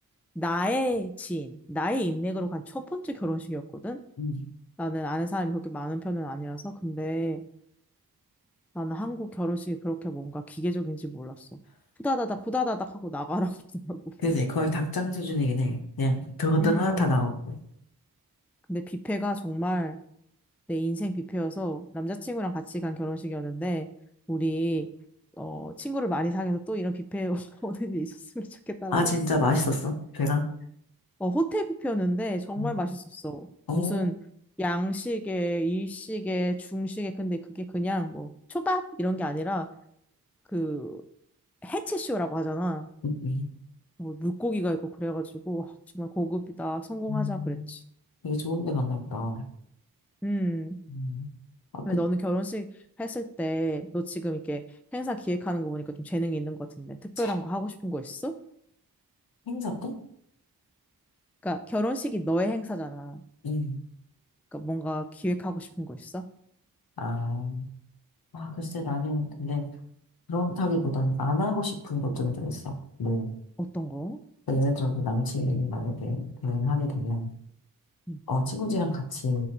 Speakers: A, in the centre; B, on the left.
A: 나의 지인, 나의 인맥으로 간 첫 번째 결혼식이었거든?
B: 응.
A: 나는 아는 사람이 그렇게 많은 편은 아니라서. 근데, 나는 한국 결혼식이 그렇게 뭔가 기계적인지 몰랐어. 후다다닥 후다다닥 하고 나가라고 <laughs> 그러더라고.
B: 그지? 거의 닭장 수준이긴 해. 그냥 들어갔다가
A: 음.
B: 다 나오고.
A: 근데 뷔페가 정말 내 인생 뷔페여서 남자친구랑 같이 간 결혼식이었는데 우리 어 친구를 많이 사귀어서 또 이런 뷔페 <laughs> 오는 일이 있었으면 좋겠다라고
B: 아, 진짜
A: 그랬어.
B: 맛있었어? 배가?
A: 어 호텔 뷔페였는데 정말
B: 음,
A: 맛있었어.
B: 어,
A: 무슨 양식에 일식에 중식에 근데 그게 그냥 뭐 초밥 이런 게 아니라 그 해체쇼라고 하잖아.
B: 음.
A: 뭐 물고기가 있고 그래가지고 아, 정말 고급이다. 성공하자
B: 음, 음.
A: 그랬지.
B: 되게 좋은 데 갔나 보다.
A: 음.
B: 음. 아, 그,
A: 근데 너는 결혼식 했을 때 너 지금 이렇게 행사 기획하는 거 보니까 좀 재능이 있는 것 같은데 특별한
B: 차,
A: 거 하고 싶은 거 있어?
B: 행사 때?
A: 그러니까 결혼식이 너의 행사잖아.
B: 응.
A: 그러니까 뭔가 기획하고 싶은 거 있어?
B: 아, 아, 글쎄, 나는 근데 그렇다기보다는 안 하고 싶은 것들은 좀 있어. 뭐,
A: 어떤 거?
B: 그러니까 예를 들어서 남친이 만약에 대화를 하게 되면,
A: 음.
B: 어, 친구들이랑 같이